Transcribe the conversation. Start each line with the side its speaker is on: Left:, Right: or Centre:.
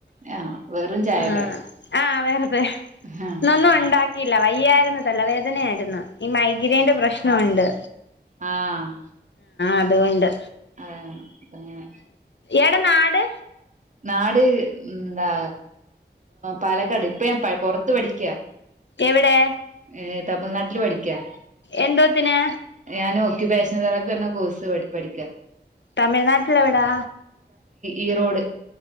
Right: ആഹ് വെറും ചായല്ലേ
Left: ആ ആഹ വെറുതെ
Right: ആഹ്
Left: ന്നൊന്നും ഉണ്ടാക്കി ആില്ല വയ്യായിരുന്നു തലവേദനയായിരുന്നു ഈ മൈഗ്രൈയിന്റെ പ്രശ്നം ഉണ്ട്
Right: ആഹ
Left: അതുകൊണ്ട്
Right: ആഹ അപ്പൊ ഇങ്ങനെ
Left: എട നാട്
Right: നാട് എന്താ പാലക്കാട് ഇപ്പ ഞാൻ പുറത്ത് പഠിക്കാ
Left: എവിടെ
Right: ഏ തമിഴ്നാട്ടില് പഠിക്കാ
Left: എന്തോത്തിന്
Right: ഞാൻ ഓക്യുപാഷൻ തെറാപ്പി പറഞ്ഞ കോഴ്സ് പഠിക്കാം
Left: തമിഴ്നാട്ടില എവിടാ
Right: ഈറോട്